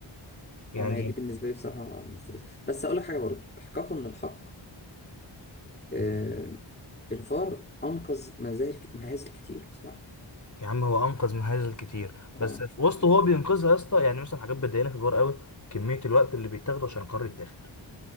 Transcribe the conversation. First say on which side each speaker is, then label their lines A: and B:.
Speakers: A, on the left; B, on the left.
A: يعني
B: أيوة، ما هي دي
A: ايه
B: بالنسبه لي بصراحه مستفزه بس اقول لك حاجه برضو احقاقا للحق آه الفار انقذ مزاهل مهازل كتير بصراحه
A: يا عم هو انقذ مهازل كتير
B: اه
A: بس في وسط
B: يعني
A: هو بينقذها يا اسطى يعني مثلا حاجات بتضايقني في الحوار قوي كميه الوقت اللي بيتاخده عشان القرار يتاخد